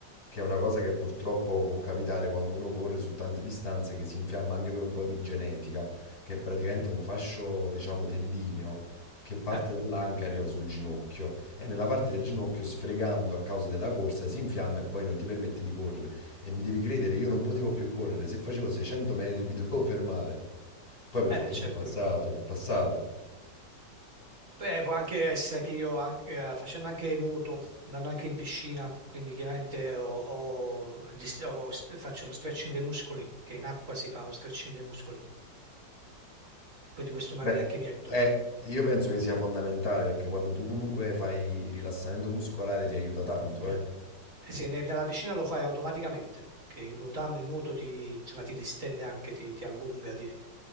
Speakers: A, on the left (about 55°); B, on the right (about 45°).
A: che è una cosa che purtroppo può capitare quando uno corre su tante distanze, che si infiamma anche per un po' di genetica, che è praticamente
B: Mm.
A: un fascio, diciamo, tendineo, che parte
B: Eh,
A: dall'anca e arriva sul ginocchio, e nella parte
B: mm.
A: del ginocchio, sfregando a causa della corsa, si infiamma e poi non ti permette di correre. E mi devi credere, io non potevo più correre, se facevo 600 metri mi <laughs> dovevo fermare. Poi per
B: Eh,
A: fortuna
B: beh, certo.
A: è passato, è passato.
B: Beh, può anche essere che io an- eh, facendo anche nuoto, andando anche in piscina, quindi chiaramente ho- ho dis- ho st- faccio lo stretching dei muscoli, che in acqua si fa lo stretching dei muscoli, e quindi questo magari
A: Beh,
B: anche mi aiuta.
A: eh, io penso che sia fondamentale perché quando tu comunque fai rilassamento muscolare ti aiuta tanto,
B: Eh.
A: eh.
B: Eh sì, ne- nella piscina lo fai automaticamente, che nuotando il nuoto ti, insomma, ti distende anche, ti, ti allunga, ti-